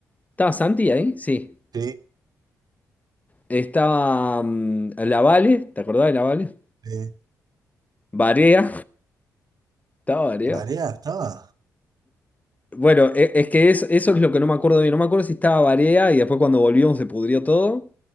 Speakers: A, on the left; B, on the right.
A: ¿estaba Santi ahí? Sí.
B: sí.
A: Estaba mm, la Vale, ¿te acordás de la Vale?
B: sí.
A: Varea, <laughs> estaba Varea.
B: ¿Marea estaba?
A: Bueno, e- es, que es- eso es lo que no me acuerdo bien. No me acuerdo si estaba Varea y después cuando volvimos se pudrió todo.